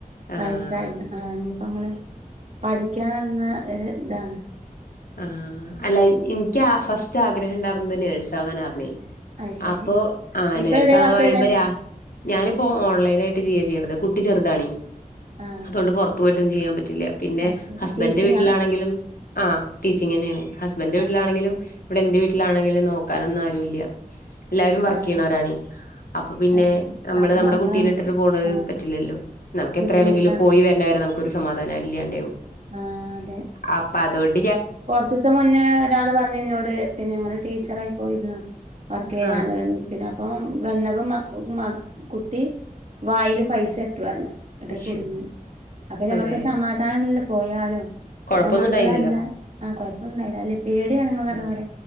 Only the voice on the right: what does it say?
വയസായിന ആ ഇനിയിപ്പോ നമ്മള് പഠിക്കാനിന്ന ഒരു ഇതാണ്
അത് ശരി.
ഇപ്പൊ
എവിടെ വർക്ക്
ചെയ്യണേ?
ആഹ്
അത് ശരി
ടീച്ചിങ്ങാ?
ആഹ്
ആഹ്
അത് ശരി
അപ്പൊ
മക്കളെ
നമ്മക്ക്
ആഹ്
ബുദ്ധിമുട്ടാണ്
ആഹ് അതെ
കൊറച്ച ദിവസം മുന്നേ ഒരാള് പറഞ്ഞു ഇന്നോട് പിന്നെ ങ്ങൾ ടീച്ചറായി പോയിരുന്നു വർക്ക് ചെയ്യാൻ
പിന്നെ അപ്പൊ വന്നപ്പോ മ മ കുട്ടി വായിൽ പൈസ ഇട്ടു പറഞ്ഞു ന്നിട്ട്
കുടുങ്ങി അപ്പൊ നമ്മുക്ക്
ഒരു സമാധാന നിൽ പോയാലോ
മക്കളന്നല്ല
ആ കൊഴപ്പൊന്നണ്ടായി പേടിയാണ് നിങ്ങൾ പറഞ്ഞ
പോലെ